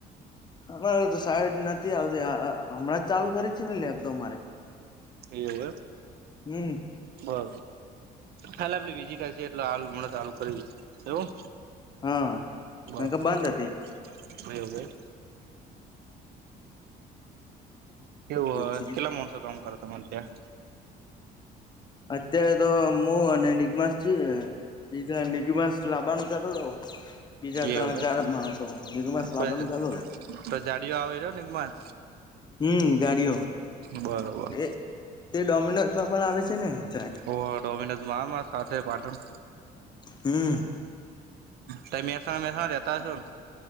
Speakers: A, on the left; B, on the right.
A: અમારે તો સાઈડ નથી આવતી હમણાં જ ચાલુ કરી છે ને લેબ તોઅ મારે
B: એવ
A: હમ
B: બરો ખાલે આપડ વિઝિટ હશે <unintelligible> <inaudible> એટલે હાલ મ ચાલુ કરી એવું
A: હા
B: બરોબર
A: ન કે બંધ
B: ગયો ગયો. કેવું
A: હતી
B: હ કેટલા મોણસો કામ કરે તમાર ત્યાં?
A: અત્યારે તો મુ અને નિગમાસ છીએ. પીઝા નિક્માસ લાબાનું કેતો તો. બીજા ત્રણ
B: એવું
A: ચાર માણસો <unintelligible>
B: હોય
A: કેતો તો.
B: તો જાડીયો આવે રહ્યો નિગમાસ.
A: હમ્મ, જાડિયો
B: બરોબર
A: એ તે ડોમિનોઝમાં પણ આવે છે ને. ગાડી
B: હોવ ડોમિનોઝમાં આવે ન માર સાથે પાટણ.
A: હમ્મ.
B: તઈ મહેસાન મહેસાણા રેતા હશો ન?